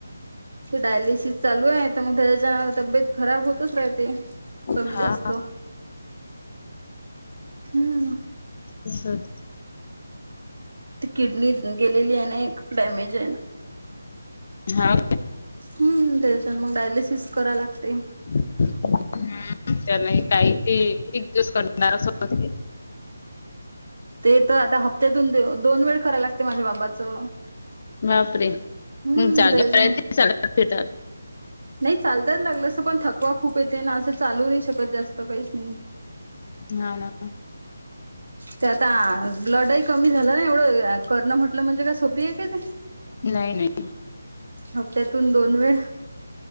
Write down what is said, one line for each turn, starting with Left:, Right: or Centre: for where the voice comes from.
Right: डायलिसिस चालू आहे तर मग त्याच्या तब्येत.. खराब होतच राहते कमी
Left: हा
Right: जास्त.. हम्म
Left: अछत
Right: किडनी गेलेली आहे ना एक डॅमेज आहे ना..
Left: हा
Right: हम त्याच्यात मग डायलिसिस करा लागते
Left: <unintelligible>
Right: ते तर आता हप्त्यातून दोन वेळ करायला लागते माझ्या बाबाचं
Left: बापरे तुम्हच
Right: हम्म
Left: गाव
Right: त्याच्या
Left: आहे की साडेपाच मीटर
Right: नाही चालतान लागल असं पण थकवा खूप येते ना असं चालू नाही शकत जास्त काहीच नाही.
Left: हा ना
Right: ते आता ब्लडही कमी झालं ना एवढं करन म्हंटलं म्हणजे काय सोपी आहे का ते..
Left: नाही नाही
Right: हप्त्यातून दोन वेळ..